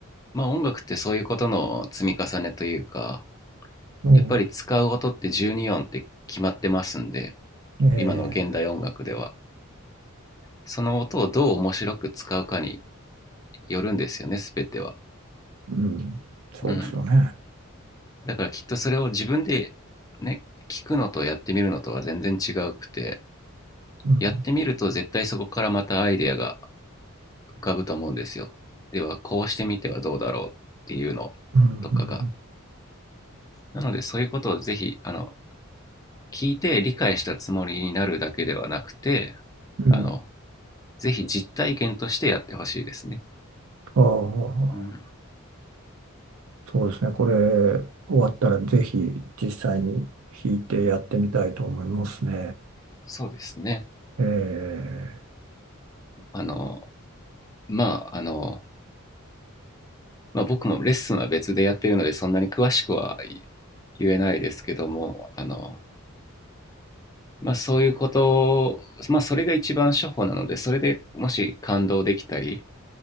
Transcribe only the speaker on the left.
まあ音楽ってそういうことの積み重ねというか、
やっぱり使う音って12音って決まってますんで、
今の現代音楽では。その音をどう面白く使うかによるんですよね、すべては。
うん。
だからきっとそれを自分でね、聞くのとやってみるのとは全然違うくて、
やってみると絶対そこからまたアイデアが浮かぶと思うんですよ。ではこうしてみてはどうだろうっていうのとかが。
なのでそういうことをぜひあの聞いて理解したつもりになるだけではなくて
あのぜひ実体験としてやってほしいですね。
うん、
そうですね。
あのまああの、まあ、僕もレッスンは別でやってるのでそんなに詳しくは言えないですけどもあの、まあ、そういうことを、まあ、それが一番処方なのでそれでもし感動できたり